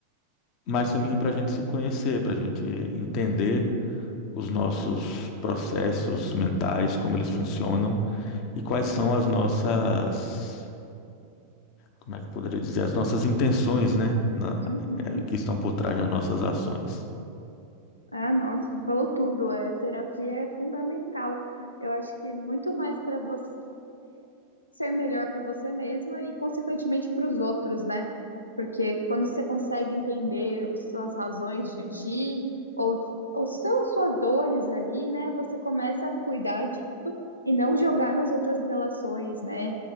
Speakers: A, on the left (about 40°); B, on the left (about 80°).
A: Mas também é para a gente se conhecer, para a gente entender os nossos processos mentais, como eles funcionam e quais são as nossas, como é que eu poderia dizer, as nossas intenções, né, na-
B: Uhum.
A: eh, que estão por trás das nossas ações.
B: Ah, nossa, você falou tudo. É, terapia é fundamental. Eu acho que muito mais para você ser melhor para você mesma e, consequentemente, para os outros, né? Porque quando você consegue entender as suas razões de agir ou, ou seu, suas dores ali, né? Você começa a cuidar disso e não jogar nas outras relações, né?